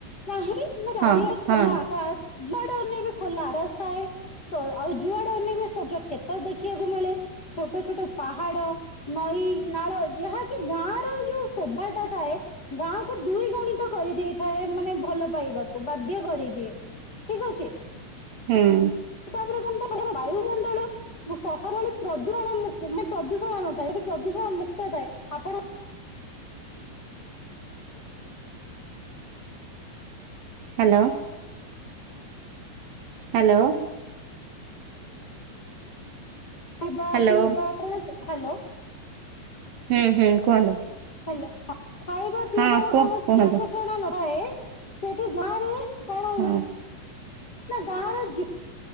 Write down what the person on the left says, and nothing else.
କାହିଁକି? <unintelligible> ନାର
ଖୋଲା
ଆକାଶ ଜୁଆଡେଅନେଇବି ଖୋଲା ଆକାଶ ଥାଏ। ସ ଆଉ ଯୁଆଡେ ଅନେଇବେ ସଜକ୍ଷେତ ଦେଖିବାକୁ ମିଳେ। ଛୋଟ ଛୋଟ ପାହାଡ ନଈ ନାଳ ଯାହାକି ଗାଁ ଶୋଭା ଟା ଥାଏ। ଗାଁକୁ ଦୁଇ ଗୁଣିତ କରିଦେଇଥାଏ ମାନେ ଭଲ ପାଇବାକୁ ବାଧ୍ୟ କରିଦିଏ। ଠିକ୍ ଅଛି।
<unintelligible> ବାୟୁ ମଣ୍ଡଳ ମୋ ସହରରେ ପ୍ରଦୂସଣ ମୁ ମାନେ ପ୍ରଦୂଷଣ ନଥାଏ ପ୍ରଦୂଷଣ ମୁକ୍ତ ଥାଏ ଆପଣ
ଖାଇବା
ପିଇବା କୋଣସି ହ୍ୟାଲୋ।
ହ୍ୟାଲୋ ଖାଇବା ପିଇବାର
କୋଣସି
ଠିକି ଠିକଣା ନଥାଏ। ସେଠି ଗାଁ ରେ କଣ
ଗାଁ ର ଜି